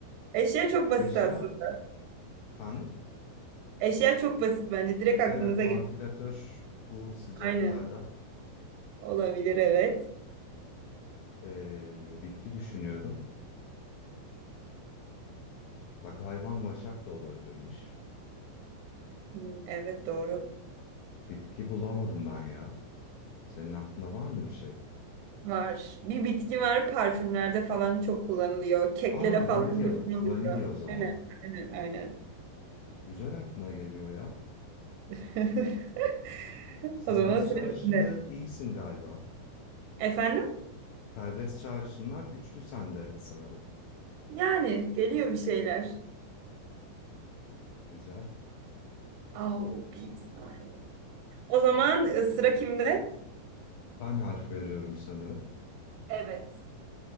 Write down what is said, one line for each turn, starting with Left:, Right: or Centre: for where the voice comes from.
Right: Eşya çok basit
Left: <laughs> Eşya
Right: aslında.
Left: efendim?
Right: Eşya çok basit bence. Direkt aklınıza
Left: Evet vantilatör
Right: gelir.
Left: bu sıcaklarda
Right: Aynen. Olabilir evet.
Left: Ee, bitki düşünüyorum. Bak hayvan vaşak da olabilirmiş.
Right: Hmm, evet doğru.
Left: Bitki bulamadım ben ya. Senin aklında var mı bir şey?
Right: Var. Bir bitki var parfümlerde falan çok kullanılıyor. Keklere
Left: Aa
Right: falan
Left: vanilya,
Right: da kullanılıyor.
Left: vanilya o zaman.
Right: Aynen. Aynen. Aynen.
Left: Güzel aklına geliyor ya.
Right: <laughs>
Left: Serbest
Right: O zaman sıra
Left: çağrışımda
Right: bende.
Left: iyisin galiba.
Right: Efendim?
Left: Serbest çağrışımlar güçlü sende sanırım.
Right: Yani geliyor bir şeyler.
Left: Güzel.
Right: Au bir saniye. O zaman e, sıra kimde?
Left: Ben harf veriyorum sanırım.
Right: Evet.